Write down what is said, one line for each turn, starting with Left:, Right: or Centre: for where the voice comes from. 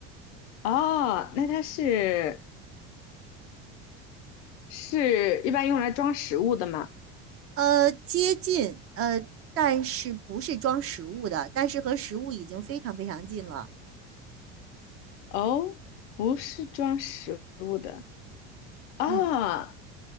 Left: 哦，那它是是一般用来装食物的吗？
Right: 呃接近呃，但是不是装食物的，但是和食物已经非常非常近了，
Left: 哦，不是装食物的啊，
Right: 嗯。